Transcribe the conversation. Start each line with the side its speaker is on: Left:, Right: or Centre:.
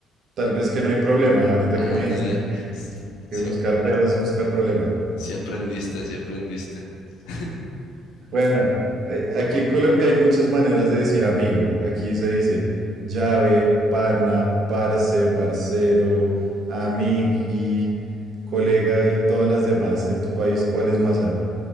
Right: tal vez que no hay problema. Ahorita
Left: Ándale.
Right: que me dijiste
Left: Si,
Right: que
Left: si
Right: buscar pedos es buscar problema.
Left: si aprendiste, si aprendiste. <laughs>
Right: Bueno, eh, aquí en Colombia hay muchas maneras de decir amigo. Aquí se dice llave, pana, parce, parcero, amigui, colega y todas las demás. En tu país, ¿cuáles más hay?